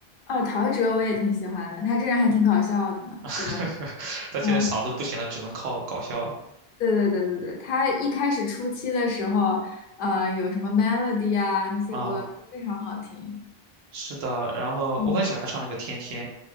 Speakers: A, on the left; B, on the right.
A: 哦，陶喆我也挺喜欢的，他这人还挺搞笑的呢，
B: <laughs>
A: 对吧？
B: 但现在嗓子不行了，
A: 嗯，
B: 只能靠搞笑了
A: 对对对对对，他一开始初期的时候，呃，有什么 Melody 啊那些歌都非常好听。
B: 啊。是的，然后我很喜欢他唱那个《天天》。
A: 嗯